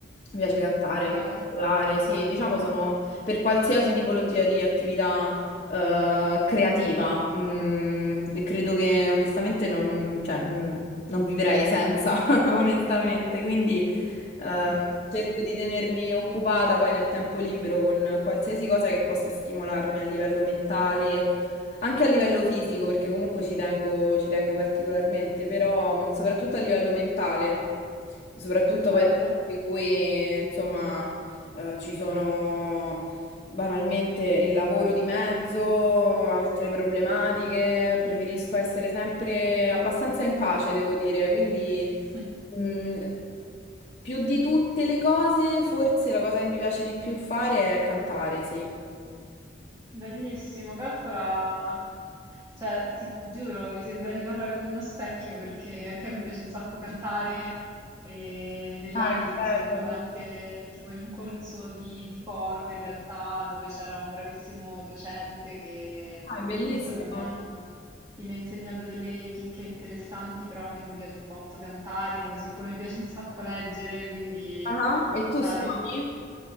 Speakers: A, on the left; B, on the right.
A: mi piace cantare,
B: dai,
A: mi piace parlare, sì, diciamo sono per qualsiasi tipologia di attività eh, creativa. Mm, credo che onestamente non, cioè, mm, non vivrei senza, <laughs> onestamente. Quindi eh,
B: bellissimo,
A: cerco di tenermi occupata poi nel tempo libero con qualsiasi cosa che possa stimolarmi a livello mentale. Anche a livello fisico, perché comunque ci tengo, ci tengo particolarmente, però mh, soprattutto a livello mentale, soprattutto
B: bello,
A: poi in cui insomma eh, ci sono banalmente il lavoro di mezzo, altre problematiche, preferisco essere sempre abbastanza in pace, devo dire. Quindi,
B: <laughs>
A: mh, più di tutte le cose, forse la cosa che mi piace di più fare è cantare, sì.
B: bellissimo, calcola. Cioè, ti giuro, mi sembra di parlare con uno specchio perché anche a me piace un sacco cantare e negli
A: Ah,
B: anni
A: che
B: tipo sono entrata
A: bello.
B: anche tipo in un corso di, di coro in realtà dove c'era un bravissimo docente che
A: Ah, è bellissimo.
B: insomma mi ha, sì, mi ha insegnato delle chicche interessanti, però anche a me piace un botto cantare, come siccome mi piace un sacco leggere, quindi
A: Ah, E tu
B: dai.
A: suoni?